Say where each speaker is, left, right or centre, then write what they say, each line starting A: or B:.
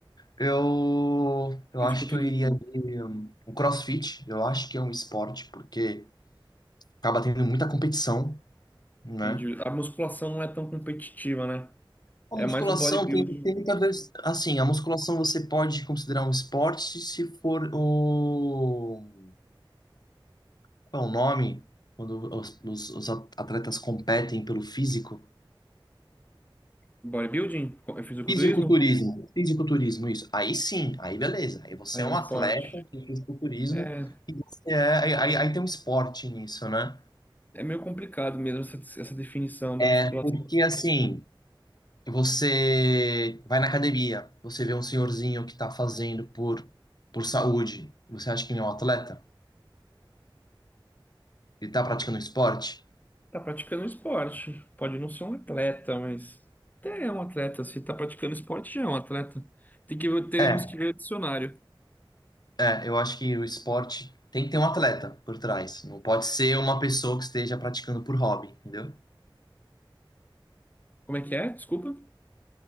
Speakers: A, on the left (about 50°); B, on the left (about 20°).
A: eu, eu
B: Fisiculturismo.
A: acho que eu iria de um, um CrossFit, eu acho que é um esporte, porque acaba tendo muita competição, né?
B: Entendi. A musculação não é tão competitiva, né?
A: A
B: É
A: musculação
B: mais o bodybuilding.
A: tem, tem muita vez, assim, a musculação você pode considerar um esporte se for o Qual é o nome quando os, os- os atletas competem pelo físico?
B: Bodybuilding? Co- É fisiculturismo?
A: Fisiculturismo. Fisiculturismo. isso. Aí sim, aí beleza. Aí você
B: É
A: é
B: um
A: um
B: esporte.
A: atleta de fisiculturismo
B: É,
A: e você é, aí, aí aí tem um esporte nisso, né?
B: É meio complicado mesmo essa, essa definição
A: É
B: da musculação.
A: porque assim, você vai na academia, você vê um senhorzinho que tá fazendo por, por saúde. Você acha que ele é um atleta? Ele tá praticando um esporte?
B: Tá praticando um esporte. Pode não ser um atleta, mas até é um atleta. Se tá praticando esporte, já é um atleta. Tem que, ver- teremos
A: É. é.
B: que ver o dicionário.
A: É, eu acho que o esporte tem que ter um atleta por trás. Não pode ser uma pessoa que esteja praticando por hobby, entendeu?
B: Como é que é? Desculpa.